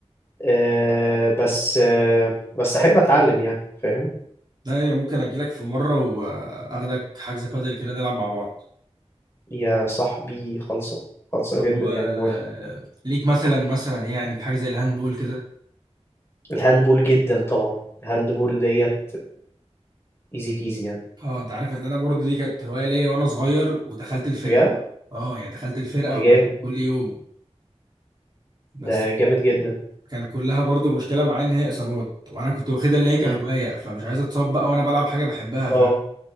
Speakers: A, on the left; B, on the right.
A: آه، بس آه، بس احب اتعلم يعني فاهم
B: لا يعني ممكن اجي لك في مرة واخدك حجز بادل كده نلعب مع بعض
A: يا صاحبي خالصة خالصة
B: طب
A: جدا
B: و
A: يعني
B: آه،
A: موافق
B: ليك مثلا مثلا يعني في حاجة زي الهاندبول كده
A: الهاندبول جدا طبعا الهاندبول ديت ايزي بيزي يعني
B: اه انت عارف ان انا برضو دي كانت هواية ليا وانا صغير ودخلت الفرقة
A: بجد
B: اه يعني دخلت الفرقة
A: ده
B: وبقت
A: جامد
B: كل يوم بس
A: ده جامد جدا
B: كان كلها برضو مشكله معايا ان هي اصابات وانا كنت واخدها اللي هي كهوايه
A: امم
B: فمش عايز اتصاب بقى وانا بلعب حاجه بحبها فاهم
A: اه